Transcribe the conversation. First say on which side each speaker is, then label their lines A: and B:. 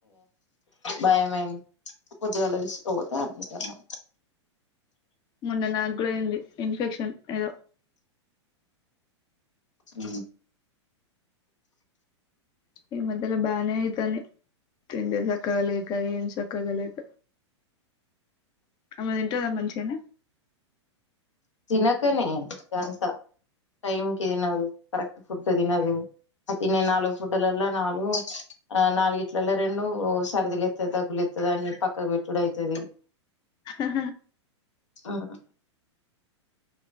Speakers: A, on the left (about 80°); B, on the left (about 30°).
A: బయమైంది పొద్దుగాల దిష్కపోతే అ
B: మొన్న నాక్కూడా అయింది ఇన్ఫెక్షన్ ఏదో
A: ఊ
B: ఈ మద్యల బానే అయితనే తిండే సక్కగాలక ఏమ్ సక్కగలేక ఆమె దింటదా మంచిగనే
A: తినకనే ఇదంతా టైంకి దినదు కరెక్ట్ ఫుడ్ తినదు అతి నేను నాలుగు ఫుటలలో నాలుగు ఆ నాలుగుట్లలో రెండు సరిదిలు దగ్గులు అని పక్కకు పెట్టుడు అయితది
B: ఆా
A: ఆ